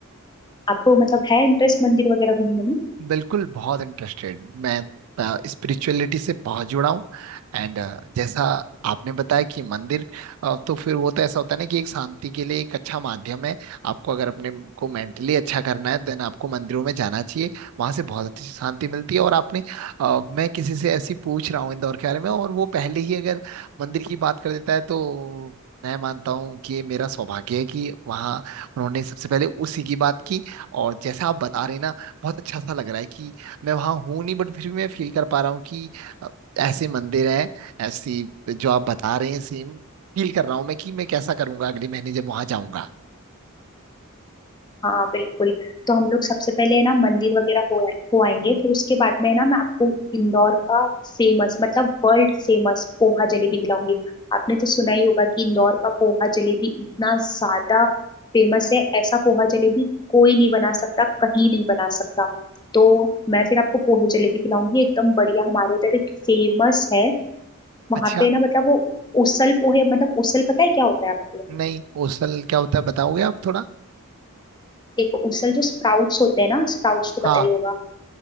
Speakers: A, on the left; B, on the right.
A: आपको मतलब है इंटरेस्ट मंदिर वगैरह घूमने में
B: बिल्कुल बहुत इंटरेस्टेड मैं स्पिरिचुअलिटी से बहुत जुड़ा हूँ एंड जैसा आपने बताया कि मंदिर अ, तो फिर वो तो ऐसा होता है ना कि एक शांति के लिए एक अच्छा माध्यम है आपको अगर अपने को मेंटली अच्छा करना है देन आपको मंदिरों में जाना चाहिए वहां से बहुत अच्छी शांति मिलती है और आपने अ, मैं किसी से ऐसी पूछ रहा हूँ इंदौर के बारे में और वो पहले ही अगर मंदिर की बात कर देता है तो मैं मानता हूँ कि ये मेरा सौभाग्य है कि वहाँ उन्होंने सबसे पहले उसी की बात की और जैसा आप बता रहे हैं ना बहुत अच्छा सा लग रहा है कि मैं वहां हूं नहीं बट फिर भी मैं फील कर पा रहा हूँ कि अ, ऐसे मंदिर हैं ऐसी जो आप बता रहे हैं सेम फील कर रहा हूँ मैं कि मैं कैसा करूंगा अगले महीने जब वहां जाऊंगा
A: हाँ बिल्कुल तो हम लोग सबसे पहले है ना मंदिर वगैरह हो आए- हो आएंगे फिर उसके बाद में है ना मैं आपको इंदौर का फेमस मतलब वर्ल्ड फेमस पोहा जलेबी खिलाऊंगी आपने तो सुना ही होगा कि इंदौर का पोहा जलेबी इतना ज्यादा फेमस है ऐसा पोहा जलेबी कोई नहीं बना सकता कहीं नहीं बना सकता तो मैं फिर आपको पोहे जलेबी खिलाऊंगी एकदम बढ़िया हमारे उधर एक फेमस है वहां
B: अच्छा
A: पे ना मतलब वो उसल पोहे मतलब उसल पता है क्या होता है आपको
B: नहीं ओसल क्या होता है बताओगे आप थोड़ा
A: एक उसल जो स्प्राउट्स होते हैं ना स्प्राउट्स तो
B: हाँ
A: पता ही होगा